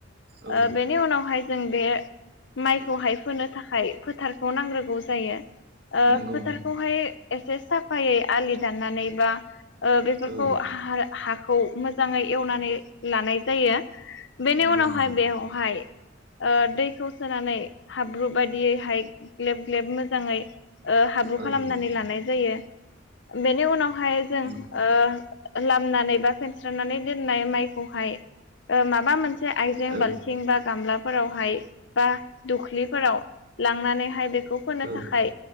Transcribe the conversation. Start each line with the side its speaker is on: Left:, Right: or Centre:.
Right: औ
Left: ओ बेनि उनावहाय जों बे माइखौहाय फोनो थाखाय फोथार खौ नांग्रोगौ जायो ओ
Right: नंगौ
Left: फोथारखौहाय
Right: नोंथां
Left: एसे सफ फायै आलि दाननानै बा ओ बेफोरखौ
Right: औ
Left: हा हखौ खौ मोजाङै एवनानै लानाय जायो बेनि
Right: नंगौ
Left: उनावहाय
Right: नंगौ
Left: बेवहाय ओ दैखौ सोनानै हाब्रु बायदियैहाय ग्लेब ग्लेब मोजाङै ओ हाब्रु
Right: औ
Left: खालामनानै
Right: औ
Left: लानाय जायो बेनि उनावहाय जों
Right: नंगौ
Left: ओ लामनानै बा फेनस्रनानै दोननाय माइखौहाय ओ माबा मोनसे ओ आइजें
Right: औ
Left: बाल्थिं बा गामलाफोरावहाय बा दुख्लिफोराव लांनानै हाय बेखौ फोनो
Right: औ
Left: थाखाय